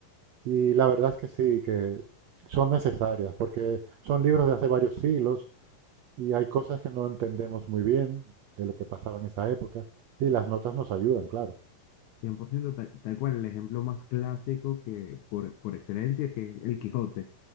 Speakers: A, on the right; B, on the left.
A: Y la verdad es que sí, que son necesarias, porque son libros de hace varios siglos y hay cosas que no entendemos muy bien de lo que pasaba en esa época, y las notas nos ayudan, claro.
B: cien por ciento tal, tal cual, el ejemplo más clásico que por, por excelencia que es el Quijote.